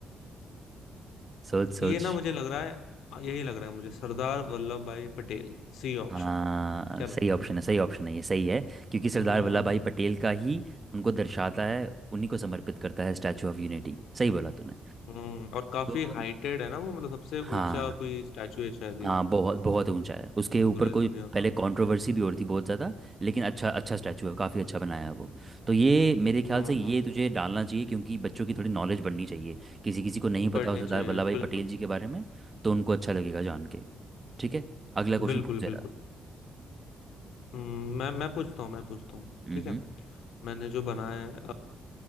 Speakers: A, on the right (about 20°); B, on the left (about 80°).
A: सोच सोच
B: ये ना मुझे लग रहा है यही लग रहा है मुझे सरदार वल्लभ भाई पटेल सी ऑप्शन
A: हाँ
B: क्या लगता
A: सही ऑप्शन है सही ऑप्शन है ये सही है क्योंकि सरदार
B: है हम्म
A: वल्लभ भाई पटेल का ही उनको दर्शाता है उन्हीं को समर्पित करता है स्टैचू ऑफ यूनिटी सही बोला तूने
B: हम्म और काफी
A: तो
B: हाइटेड है ना वो मतलब सबसे
A: हाँ
B: ऊंचा कोई स्टैचू है शायद ये
A: हाँ बहुत बहुत ऊंचा है उसके ऊपर
B: पूरे
A: कोई
B: दुनिया
A: पहले
B: का
A: कंट्रोवर्सी भी हो रही थी बहुत ज़्यादा लेकिन अच्छा अच्छा स्टैचू है काफ़ी अच्छा बनाया है वो तो ये मेरे ख्याल
B: हम्म
A: से
B: हम्म,
A: ये तुझे
B: हम्म,
A: डालना चाहिए क्योंकि बच्चों की थोड़ी नॉलेज बढ़नी चाहिए किसी किसी को नहीं
B: बढ़नी
A: पता हो सरदार
B: चाहिए
A: वल्लभ भाई
B: बिल्कुल
A: पटेल जी के बारे में तो उनको अच्छा लगेगा जान के ठीक है अगला क्वेश्चन
B: बिल्कुल
A: पूछ जरा
B: बिल्कुल हम्म, मैं मैं पूछता हूँ मैं पूछता हूँ
A: हम्म
B: ठीक
A: हम्म
B: है मैंने जो बनाया है